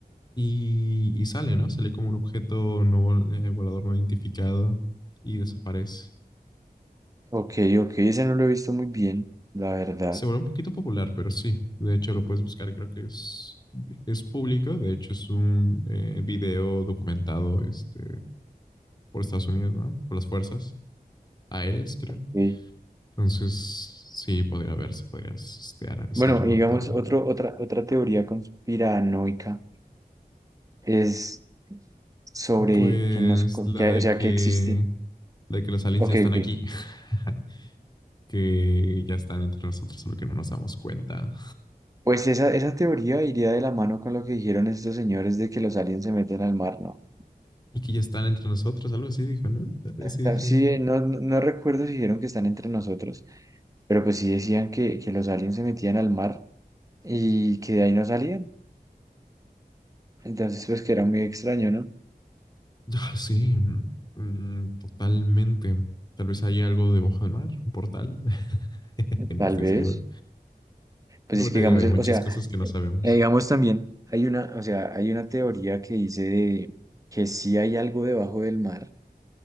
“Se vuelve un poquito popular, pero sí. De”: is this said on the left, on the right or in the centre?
Left